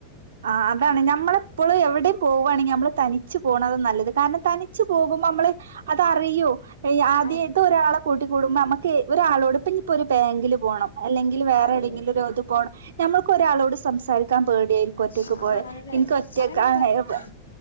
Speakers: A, on the right (about 60°); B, on the left (about 75°).
A: ആഹ് അതാണ്. ഞമ്മളെപ്പളും എവിടിം പോവാണെങ്കി നമ്മള് തനിച്ചു പോണതാ നല്ലത്. കാരണം തനിച്ചു പോകുമ്പം നമ്മള് അത് അറിയു. ഈ ആദ്യ
B: ആ
A: ഇത് ഒരാളെ കൂട്ടിക്കൂടുമ്പോ നമക്ക് ഒരാളോട് ഇപ്പം ഇഞ്ഞ്പ്പോ ഒരു ബാങ്കില് പോണം. അല്ലെ ങ്കിൽ വേറെ
B: അതെ
A: എവ്ടെങ്കിലും ഒരു ഇത് പോണം. നമ്മൾക്ക് ഒരാളോട് സംസാരിക്കാൻ പേടിയായിരി ക്കു ഒറ്റക്ക്
B: ആ
A: പോയാ.
B: അതെ
A: ഇന്ക്ക് ഒറ്റക്കാണ്
B: അങ്ങനെ പൊറത്ത്
A: വെ
B: ആ